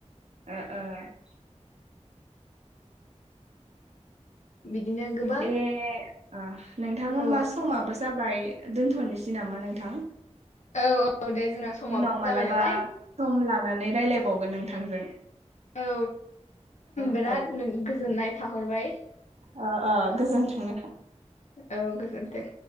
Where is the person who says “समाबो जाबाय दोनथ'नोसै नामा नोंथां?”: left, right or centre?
Right